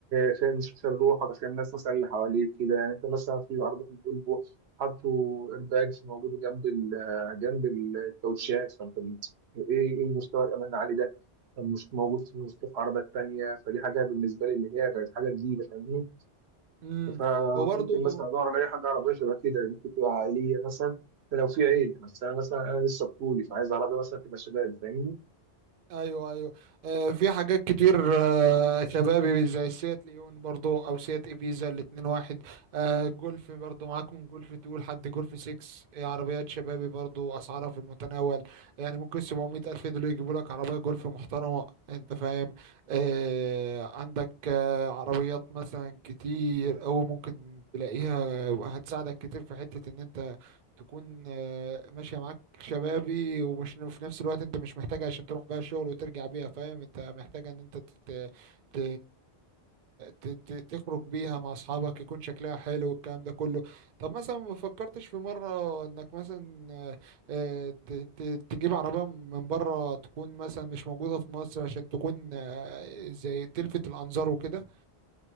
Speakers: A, on the right; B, on the right.
A: عشان مش عشان روحك عشان الناس مثلا اللي حواليك كده يعني انت مثلا في عربيه الفولفو حطوا ايرباجز موجوده جنب ال- جنب الكاوتشات فانت ايه ايه مستوى الامان العالي ده مش موجود في مستوى عربيات تانيه فدي حاجه بالنسبه لي اللي هي كانت حاجه جديده فاهمني
B: امم
A: فممكن
B: وبرضه
A: مثلا ادور على اي حاجه عربيه شبه كده ممكن تبقى عائليه مثلا لو في عيله بس انا مثلا انا لسه بطولي فعايز عربيه مثلا تبقى شباب فاهمني
B: ايوه ايوه آه في حاجات كتير آه شبابي زي سيات ليون برضو او سيات ابيزا الاتنين واحد آه جولف برضو معاك من جولف تو لحد جولف 6 آه عربيات شبابي برضو اسعارها في المتناول يعني ممكن 700 الف دول يجيبوا لك عربيه جولف محترمه انت فاهم آه عندك آه عربيات مثلا كتير او ممكن تلاقيها هتساعدك كتير في حته ان انت تكون آه ماشيه معاك شبابي ومش في نفس الوقت انت مش محتاج عشان تروح بقى الشغل وترجع بيها فاهم انت محتاج ان انت تت... ت... ت... ت... تخرج بيها مع اصحابك يكون شكلها حلو والكلام ده كله طب مثلا ما فكرتش في مرة انك مثلا آه، آه، ت... ت... تجيب عربية من بره تكون مثلا مش موجودة في مصر عشان تكون آه، زي تلفت الانظار وكده